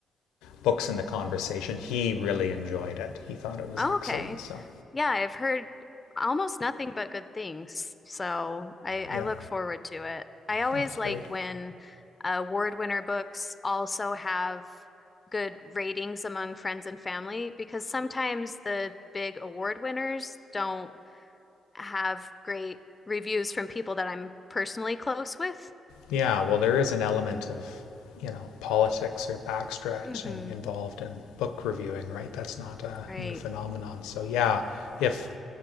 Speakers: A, on the left; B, on the left.
A: books in the conversation. He really enjoyed it. He thought it was
B: Oh,
A: excellent.
B: okay.
A: So,
B: Yeah, I've heard almost nothing but good things, so I, I
A: yeah,
B: look forward to it. I always
A: that's great.
B: like when uh, award winner books also have good ratings among friends and family because sometimes the big award winners don't have great reviews from people that I'm personally close with.
A: Yeah, well, there is an element of, you know, politics or backstretching
B: hmm
A: involved in book reviewing, right? That's not a
B: Right.
A: new phenomenon. So, yeah, if,